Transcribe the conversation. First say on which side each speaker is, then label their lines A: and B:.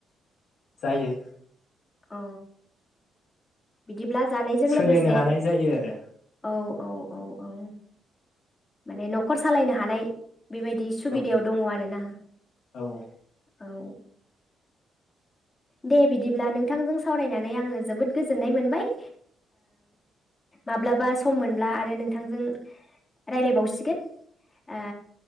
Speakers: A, on the left (about 65°); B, on the left (about 30°).
A: जायो।
B: अ बिदिब्ला जानायजों
A: सोलिनो
B: लोगोसे
A: हानाय जायो आरो
B: औ औ औ औ माने नखर सालायनो हानाय बेबायदि सुबिदायाव
A: औ
B: दङ आर ना
A: औ
B: औ। दे बिदिब्ला नोंथांजों सावरायनानै आङो जोबोद गोजोननाय मोनबाय माब्लाबा सम मोनब्ला आरो नोंथांजों राय्लायबावसिगोन आ